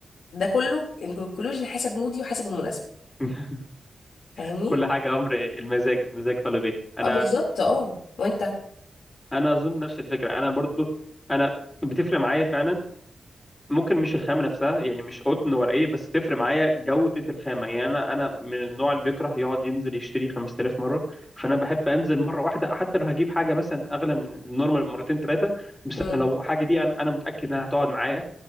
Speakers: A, on the left; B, on the left.
A: ده كله انكلوجن حسب مودي وحسب المناسبه
B: <laughs>
A: فاهمني
B: كل حاجه امر المزاج المزاج طالب ايه انا
A: اه بالظبط اه وانت
B: انا اظن نفس الفكره انا برضو انا بتفرق معايا فعلا ممكن مش الخامة نفسها يعني مش قطن ورقية بس تفرق معايا جودة الخامة يعني أنا أنا من النوع اللي بيكره يقعد ينزل يشتري 5000 مرة فأنا بحب أنزل مرة واحدة حتى لو هجيب حاجة مثلا أغلى من النورمال مرتين ثلاثة بس
A: مم.
B: لو حاجة دي أنا أنا متأكد إنها هتقعد معايا